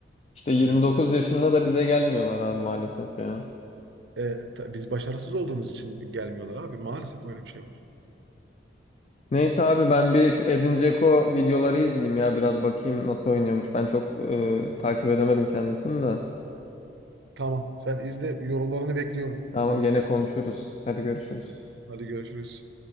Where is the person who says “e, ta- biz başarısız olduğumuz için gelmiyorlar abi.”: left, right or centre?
Right